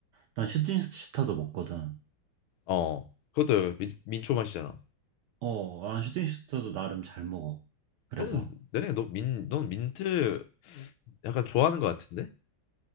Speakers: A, on the right; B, on the left.
A: 난 슈팅슈타도 먹거든.
B: 음어 그것도 약간 민, 민초 맛이잖아
A: 어, 난 슈팅슈타도 나름 잘 먹어. 그래서
B: 그럼 내 생각에 너민넌 민트 약간 좋아하는 것 같은데